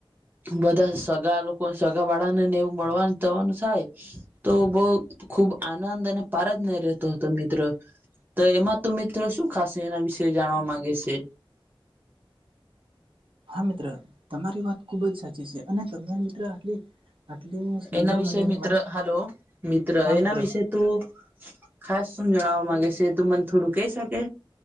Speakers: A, on the right; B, on the right.
A: બધા સગા લોકો સગા વાળા નેને એવું મળવાનું જવાનું થાય. તો બહ ખુબ આનંદ અને પાર જ ન રહેતો હતો મિત્ર તો એમાં તો મિત્રો શું ખાશે એના વિશે જાણવા માંગે છે
B: હા મિત્ર તમારી વાત ખુબ જ સાચી છે અને તને મિત્ર આટલી આટલી સુંદર
A: એના વિશે
B: મજાની
A: મિત્ર
B: વાત
A: હલો મિત્ર
B: હા
A: એના
B: મિત્ર
A: વિશે તો ખાસ શું જણાવવા માંગે છે તો મને થોડું કહી શકે